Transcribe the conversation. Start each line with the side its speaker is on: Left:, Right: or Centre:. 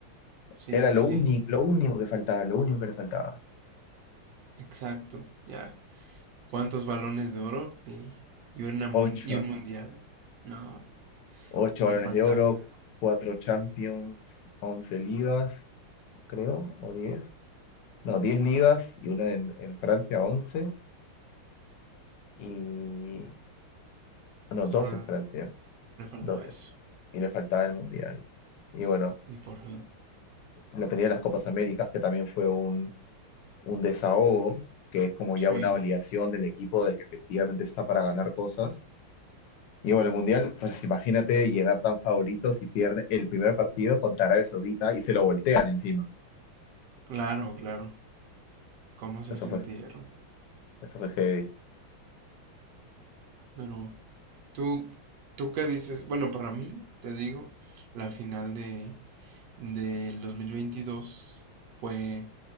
Right: sí,
Left: Era
Right: sí,
Left: lo,
Right: sí,
Left: único lo único que faltaba, lo único que le faltaba.
Right: exacto, ya. cuántos balones de oro y, y una mun-
Left: Ocho,
Right: y un mundial. No,
Left: 8
Right: le
Left: balones
Right: faltaba.
Left: de oro, 4 Champions, 11 ligas, creo, o diez No, 10 ligas y una en, en Francia, once Y... No, 12
Right: Solo
Left: en Francia,
Right: le faltaba
Left: doce
Right: eso.
Left: Y le faltaba el Mundial. Y bueno,
Right: Y por fin.
Left: la tenía las Copas Américas, que también fue un, un desahogo, que es como
Right: Sí,
Left: ya una validación del equipo de que efectivamente está para ganar cosas. Y bueno, el Mundial, pues imagínate llegar tan favorito si pierde el primer partido contra Arabia Saudita y se lo voltean encima.
Right: claro, claro. ¿Cómo se
Left: Eso
Right: sintieron?
Left: fue Eso fue heavy.
Right: Pero tú, tú qué dices? Bueno, para mí, te digo, la final de del 2022 fue